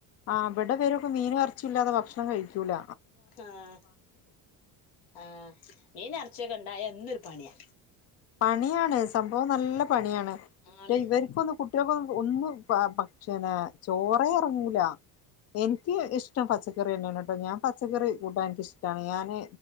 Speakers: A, on the left (about 40°); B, on the left (about 75°).
A: ആ ഇവിടെ ഇവരൊക്കെ മീനും ഇറച്ചി ഇല്ലാതെ ഭക്ഷണം കഴിക്കൂല്ല.
B: ആഹ ആഹ മീനും ഇറച്ചി ച്ചൊക്കണ്ട ണ്ടായാൽ എന്നൊരു പണിയാ
A: പണിയാണ് സംഭവം നല്ല പണിയാണ് പക്ഷെ
B: ആണ്
A: ഇവർക്കൊന്നും കുട്ടികൾക്കെ ഒന്നും ഭക്ഷണം ചോറെ ഇറങ്ങൂല എനിക്ക് ഇഷ്ടം പച്ചക്കറി തന്നെയാണ് ട്ടൊ ഞാൻ പച്ചക്കറി കൂട്ടാൻ എനിക്ക് ഇഷ്ടം. ഞാന്